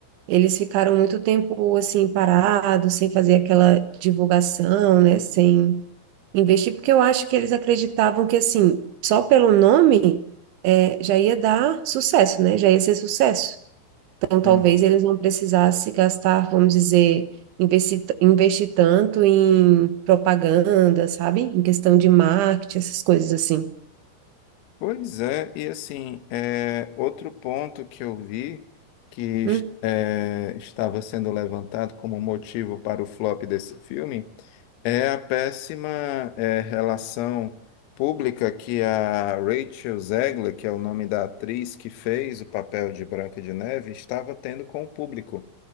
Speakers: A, on the right; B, on the left.
A: Eles ficaram muito tempo assim parados, sem fazer aquela divulgação, né, sem investir, porque eu acho que eles acreditavam que assim, só pelo nome eh, já ia dar sucesso, né? Já ia ser sucesso. Então talvez
B: Uhum.
A: eles não precisassem gastar, vamos dizer, investir, investir tanto em propaganda, sabe? Em questão de marketing, essas coisas assim.
B: Pois é, e assim, é, outro ponto que eu vi que
A: Hum,
B: é, estava sendo levantado como motivo para o flop desse filme é a péssima é, relação pública que a Rachel Zegler, que é o nome da atriz que fez o papel de Branca de Neve, estava tendo com o público.